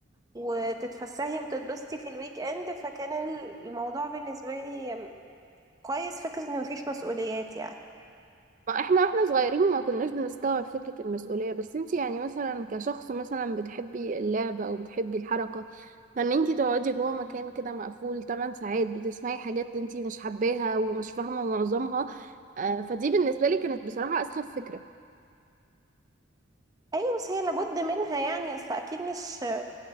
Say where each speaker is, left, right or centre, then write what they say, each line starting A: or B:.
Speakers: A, on the right; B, on the right.
A: وتتفسحي وتتبسطي في الويك اند فكان ال- الموضوع بالنسبة لي كويس فكرة ان مفيش مسؤوليات يعني
B: ما إحنا وإحنا صغيرين ما كناش بنستوعب فكرة المسؤولية بس أنت يعني مثلا كشخص مثلا بتحبي اللعب أو بتحبي الحركة فإن أنت تقعدي جوه مكان كده مقفول 8 ساعات بتسمعي حاجات أنت مش حباها ومش فاهمة معظمها آه، فدي بالنسبة لي كانت بصراحة أسخف فكرة
A: ايوه بس هي لابد منها يعني اصل اكيد مش